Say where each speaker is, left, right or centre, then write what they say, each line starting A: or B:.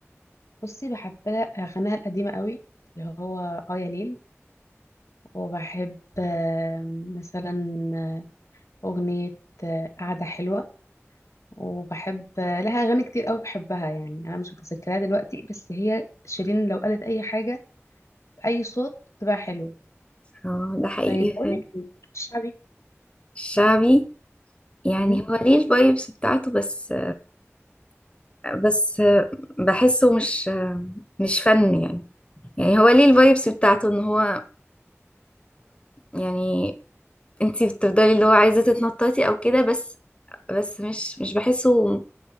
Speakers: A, on the left (about 85°); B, on the left (about 25°).
A: بصي بحب أغانيها القديمة قوي اللي هو آه يا ليل وبحب آه، مثلا آه، أغنية آه، قعدة حلوة وبحب آه، لها أغاني كتير قوي بحبها يعني أنا مش متذكرها دلوقتي بس هي شيرين لو قالت أي حاجة بأي صوت بتبقى حلوة
B: اه ده حقيقي
A: طيب
B: فعلا
A: أقولك إيه، الشعبي
B: الشعبي يعني
A: مم.
B: هو ليه الفايبس بتاعته بس بس بحسه مش مش فن يعني يعني هو ليه الفايبس بتاعته ان هو يعني انتي بتفضلي اللي هو عايزة تتنططي او كده بس بس مش مش بحسه